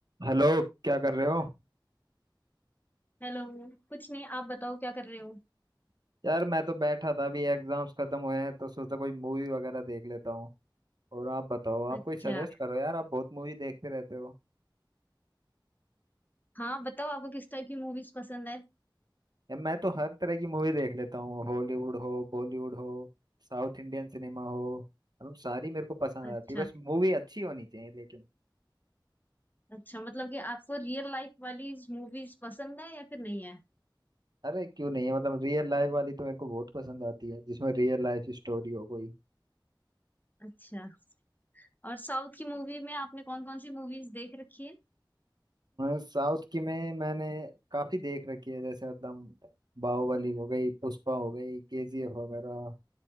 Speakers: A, on the right; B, on the left.
A: Hello क्या कर रहे हो
B: Hello कुछ नहीं आप बताओ क्या कर रहे हो
A: यार मैं तो बैठा था अभी एग्जाम्स खत्म हुए हैं तो सोचा कोई मूवी वगैरह देख लेता हूँ और आप बताओ
B: अच्छा
A: आप कोई सजेस्ट करो यार आप बहुत मूवी देखते रहते हो
B: हाँ बताओ आपको किस टाइप की मूवीज पसंद है
A: यार मैं तो हर तरह की मूवी देख लेता हूँ हॉलीवुड हो बॉलीवुड हो साउथ इंडियन सिनेमा हो मतलब सारी मेरे को पसंद
B: अच्छा
A: आती है बस मूवी अच्छी होनी चाहिए लेकिन
B: अच्छा मतलब कि आपको रियल लाइफ वाली मूवीज पसंद है या फिर नहीं है
A: अरे क्यों नहीं है मतलब रियल लाइफ वाली तो मेरे को बहुत पसंद आती है जिसमें रियल लाइफ स्टोरी हो कोई
B: अच्छा और साउथ की मूवी में आपने कौन कौन सी मूवीज देख रखी है
A: साउथ की में मैंने काफी देख रखी है जैसे मतलब बाहुबली हो गई पुष्पा हो गई केजीएफ वगैरह